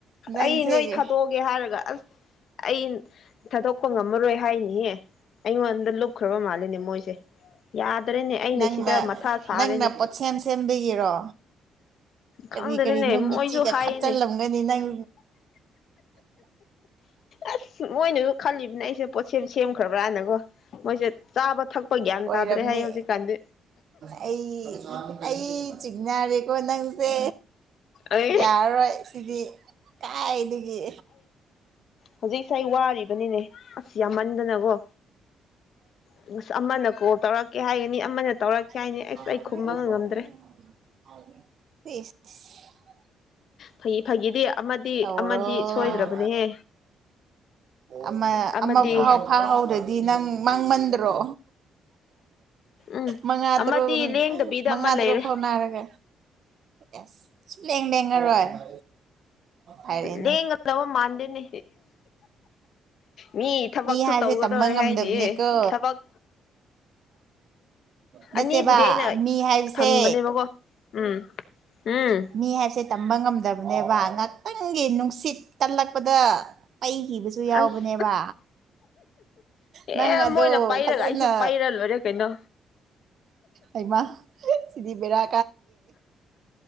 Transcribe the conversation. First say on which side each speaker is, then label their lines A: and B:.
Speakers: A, on the right; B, on the left.
A: ꯅꯪꯁꯦ
B: ꯑꯩ ꯅꯣꯏ ꯊꯥꯗꯣꯛꯑꯒꯦ ꯍꯥꯏꯔꯒ ꯑꯁ ꯑꯩ ꯊꯥꯗꯣꯛꯄ ꯉꯝꯃꯔꯣꯏ ꯍꯥꯏꯅꯤꯍꯦ ꯑꯩꯉꯣꯟꯗꯨꯞ ꯀꯈ꯭ꯔꯕ ꯃꯥꯜꯂꯤꯅꯦ ꯃꯣꯏꯁꯦ ꯌꯥꯗ꯭ꯔꯦꯅꯦ ꯑꯩꯅ
A: ꯅꯪꯅ
B: ꯁꯤꯗ ꯃꯊꯥ ꯁꯥꯔꯦꯅꯦ
A: ꯅꯪꯅ ꯄꯣꯠꯁ ꯁꯦꯝꯕꯤꯒꯤꯔꯣ ꯀꯔꯤ
B: ꯈꯪꯗ꯭ꯔꯦꯅꯦ
A: ꯀꯔꯤ ꯅꯨꯃꯤꯠꯁꯤꯒ
B: ꯃꯣꯏꯁꯨ ꯍꯥꯏꯌꯦꯅꯦ
A: ꯈꯠꯆꯜꯂꯝꯒꯅꯤ ꯅꯪ
B: ꯑꯁ ꯃꯣꯏꯅꯁꯨ ꯈꯜꯂꯤꯕꯅꯦ ꯑꯩꯁꯦ ꯄꯣꯠꯁ ꯁꯦꯝꯈ꯭ꯔꯕ꯭ꯔꯥꯅꯒꯣ ꯃꯣꯏꯁꯦ ꯆꯥꯕ ꯊꯛꯄ ꯒ꯭ꯌꯥꯟ
A: ꯑꯣꯏꯔꯝꯅꯤ
B: ꯇꯥꯗ꯭ꯔꯦ ꯍꯥꯏꯌꯦ ꯍꯧꯖꯤꯛꯀꯥꯟꯗꯤ
A: ꯑꯩ ꯑꯩ ꯆꯤꯡꯅꯔꯦꯀꯣ ꯅꯪꯁꯦ
B: ꯑꯩ
A: ꯌꯥꯔꯔꯣꯏ ꯁꯤꯗꯤ ꯀꯥꯏꯗꯒꯤ
B: ꯍꯧꯖꯤꯛ ꯁꯥꯏ ꯋꯥ ꯅꯦ ꯑꯁ ꯌꯥꯝꯃꯟꯗꯅꯀꯣ ꯑ ꯑꯃꯅ ꯀꯣꯜ ꯇꯧꯔꯛ ꯀꯦ ꯍꯥꯏꯒꯅꯤ ꯑꯃꯅ ꯇꯧꯔꯛꯀꯦ ꯍꯥꯏꯅꯤ
A: ꯁ
B: ꯑꯁ ꯑꯩ ꯈꯨꯝꯕ ꯉꯝꯗ꯭ꯔꯦ ꯐ ꯐꯩꯒꯤꯗꯤ ꯑꯃꯗꯤ
A: ꯇꯧꯔꯣ
B: ꯑꯃꯗꯤ ꯁꯣꯏꯗ꯭ꯔꯕꯅꯦꯍꯦ
A: ꯑꯃ
B: ꯑꯃꯗꯤ
A: ꯑꯃꯥꯎ ꯐꯥꯎꯍꯧꯗꯗꯤ ꯅꯪ ꯃꯥꯡꯃꯟꯗ꯭ꯔꯣ
B: ꯎꯝ
A: ꯃꯉꯥ
B: ꯑꯃꯗꯤ
A: ꯄꯨꯡ
B: ꯂꯦꯡꯗꯕꯤꯗ
A: ꯃꯉꯥ
B: ꯑꯃ ꯂꯩꯔꯦ
A: ꯇꯔꯨꯛ ꯐꯥꯎ ꯅꯥꯔꯒ ꯑꯦꯁ ꯁꯨꯡ ꯂꯦꯡ ꯂꯦꯡꯉꯔꯣꯏ <inaudible> ꯍꯥꯏꯔꯛꯑꯦꯅꯦ
B: ꯂꯩ ꯉꯗꯕ ꯃꯥꯥꯟꯗꯅꯦ ꯃꯤ ꯊꯕꯛꯁꯨ
A: ꯍꯥꯏꯁꯦ
B: ꯇꯧꯒꯗꯧꯔꯦ
A: ꯇꯝꯕ ꯉꯝꯗꯕꯅꯤꯀꯣ
B: ꯍꯥꯏꯅꯤ ꯊꯕꯛ
A: ꯅꯠꯇꯦꯕ
B: ꯑꯅꯤꯕꯨꯗꯤ ꯑꯩꯅ
A: ꯃꯤ ꯍꯥꯏꯕꯁꯦ
B: ꯊꯝꯕꯅꯦꯕꯀꯣ ꯎꯝ ꯎꯝ
A: ꯃꯤ ꯍꯥꯏꯕꯁꯦ ꯇꯝꯕ ꯉꯝꯗꯕꯅꯦꯕ ꯉꯍꯥꯛꯇꯪꯒꯤ ꯅꯨꯡꯁꯤꯠ ꯇꯜꯂꯛꯄꯗ ꯑꯩꯩ ꯍꯤꯕꯁꯨ ꯌꯥꯎꯕꯅꯦꯕ
B: ꯑꯁ
A: ꯅꯪ
B: ꯑꯦ
A: ꯑꯗꯣ
B: ꯃꯣꯏꯅ ꯄꯥꯏꯔꯒ
A: ꯐꯖꯅ
B: ꯑꯩꯁꯨ ꯄꯥꯏꯔ ꯂꯣꯏꯔꯦ ꯀꯩꯅꯣ
A: ꯑꯩꯃ ꯁꯤꯗꯤꯕꯔꯥ